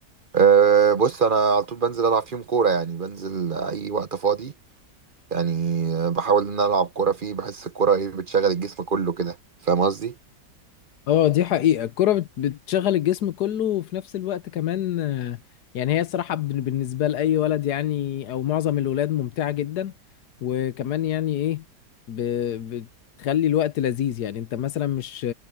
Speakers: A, on the right; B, on the left.
A: آه، بص انا على طول بنزل العب فيهم كوره يعني بنزل اي وقت فاضي يعني آه، بحاول ان انا العب كوره فيه بحس الكوره ايه بتشغل الجسم كله كده فاهم قصدي؟
B: اه دي حقيقة الكرة بت- بتشغل الجسم كله وفي نفس الوقت كمان آه، يعني هي الصراحة بن- بالنسبة لأي ولد يعني أو معظم الولاد ممتعة جدا وكمان يعني إيه ب- بتخلي الوقت لذيذ يعني أنت مثلا مش